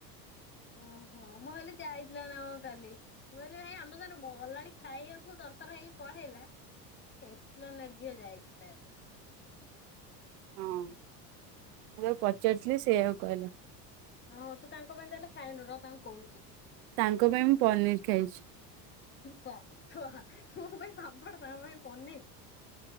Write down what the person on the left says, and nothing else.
ଓହୋ ମୁଁ ହେଲି ଯାଇଥିଲା ନା କଣ କାଲି ତର୍ ତର୍ ହେଇକି ପଢେଇଲା । ଏକ୍ସ ପ୍ଲ
ହୋ ତୁ ତାଙ୍କ ପାଇଁ ତାହେଲେ ଖା
ପ ଫ ମୋ ପାଈଁ ପାମ୍ପଡ ତାଙ୍କ ପାଈଁ ପନିର୍ ।